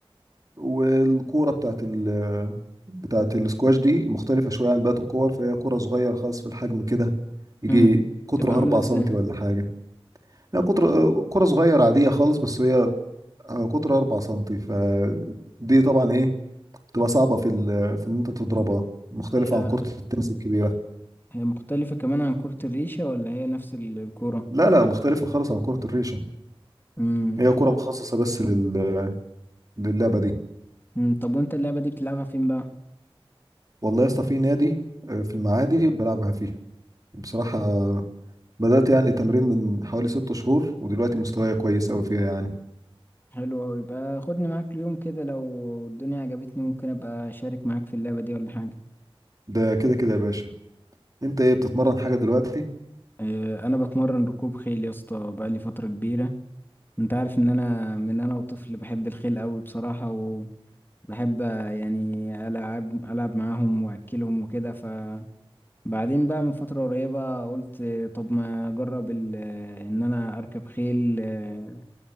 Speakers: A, on the right; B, on the left.
A: والكورة بتاعت ال بتاعت الاسكواش دي مختلفة شوية عن بقية الكور فهي كورة صغيرة خالص في الحجم كده يجي
B: مم.
A: قطرها
B: تبقى عاملة
A: 4
B: ازاي
A: سنتي ولا حاجة لا كتر كرة صغيرة عادية خالص بس هي قطر 4 سنتي فدي طبعا ايه تبقى صعبة في ال... في ان انت تضربها مختلفة
B: هي
A: عن كرة التنس الكبيرة
B: هي مختلفة كمان عن كرة الريشة ولا هي نفس ال- الكورة
A: لا لا مختلفة خالص عن كرة الريشة
B: مم.
A: هي كرة مخصصة بس لل... للعبة دي
B: مم. طب وانت اللعبة دي بتلعبها فين بقى
A: والله يا اسطى في نادي آه، في المعادي بلعبها فيه بصراحة آه، بدأت يعني تمرين من حوالي ست شهور ودلوقتي مستواي كويس أوي فيها يعني
B: حلو أوي يبقى خدني معاك اليوم كده لو الدنيا عجبتني ممكن أبقى أشارك معاك في اللعبة دي ولا حاجة
A: ده كده كده يا باشا انت ايه بتتمرن حاجة دلوقتي؟
B: آه، أنا بتمرن ركوب خيل يا اسطى بقالي فترة كبيرة انت عارف ان انا من انا وطفل بحب الخيل أوي بصراحة وبحب آه، يعني العب العب معاهم واكلهم وكده ف بعدين بقى من فترة قريبة قلت طب ما أجرب ال- إن أنا أركب خيل آه،